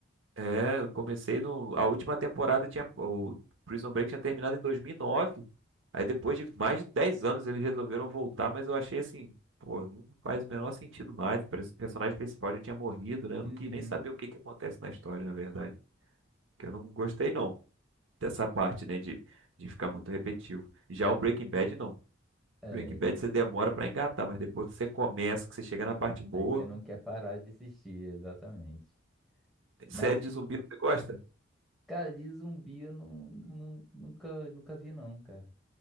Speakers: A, on the right (about 75°); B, in the centre.
A: É, eu comecei no. A última temporada tinha. O Prison Break tinha terminado em 2009. Aí depois de mais de 10 anos eles resolveram voltar, mas eu achei assim, pô, não faz o menor sentido mais. parece que O personagem principal já tinha morrido, né? Eu
B: Uhum.
A: não quis nem saber o que que acontece na história, na verdade. Que eu não gostei, não, dessa parte, né? De, de ficar muito repetitivo. Já o Breaking Bad, não.
B: É.
A: Breaking Bad você demora pra engatar, mas depois que você começa, que você chega na parte boa.
B: Aí você não quer parar de assistir, exatamente. Mas,
A: Série de
B: e,
A: zumbi, você gosta?
B: cara, de zumbi eu não, não- nunca, nunca vi, não, cara.